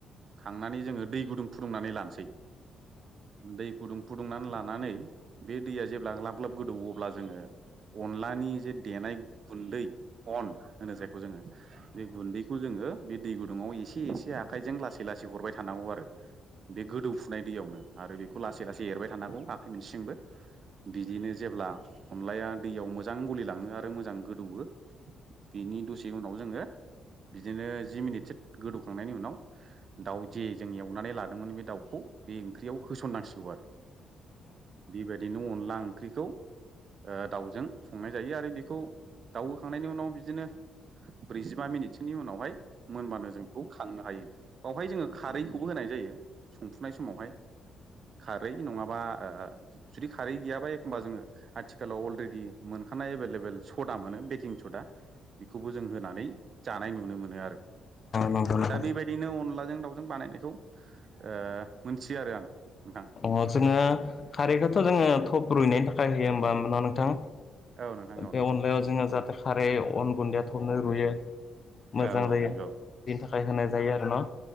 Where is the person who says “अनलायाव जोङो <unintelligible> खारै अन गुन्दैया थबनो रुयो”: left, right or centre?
Left